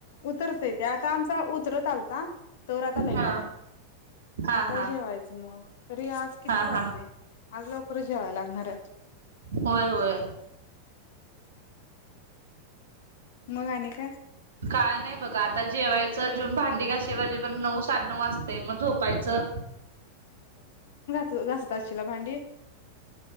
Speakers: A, on the left (about 55°); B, on the right (about 65°).
A: उतरतय. ते आता आमचा उतरत आलता तोवर आता लाईट
B: हा.
A: आली.
B: हा
A: आता
B: हा
A: जेवायचं मग तरी आज किती
B: हा
A: वाजले?
B: हा
A: आज लवकरच जेवाया लागणार आहे.
B: होय होय.
A: मग आणि काय
B: काय नाही बघा, आता जेवाय तर जेवून भांडी घाशे वाजेपर्यंत पण नऊ, साडे नऊ वाजतय मग झोपायचं
A: तू घासत असतील भांडी